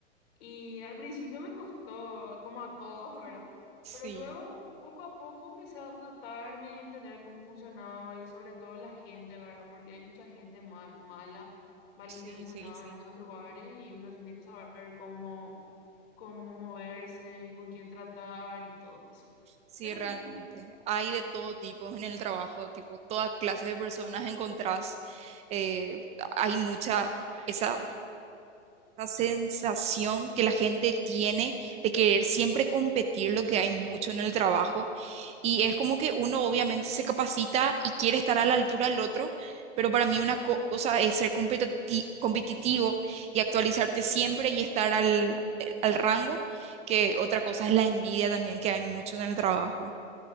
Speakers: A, on the left; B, on the right.
A: Y al principio me costó, como a todos, ¿verdad?
B: Sí,
A: Pero luego, poco a poco, empecé a adaptarme y entender cómo funcionaba y sobre todo la gente, ¿verdad? Porque hay mucha gente ma- mala, malintencionada
B: sí, sí, sí.
A: en esos lugares y uno tiene que saber cómo cómo moverse y con quién tratar y todo eso.
B: Sí,
A: Pero
B: realmente.
A: sí,
B: Hay de todo tipo en el trabajo, tipo, toda clase de personas encontrás. eh, hay mucha esa, esa sensación que la gente tiene de querer siempre competir, lo que hay mucho en el trabajo. Y es como que uno obviamente se capacita y quiere estar a la altura del otro, pero para mí una co- cosa es ser competiti- competitivo y actualizarte siempre y estar al, al rango, que otra cosa es la envidia también que hay mucho en el trabajo.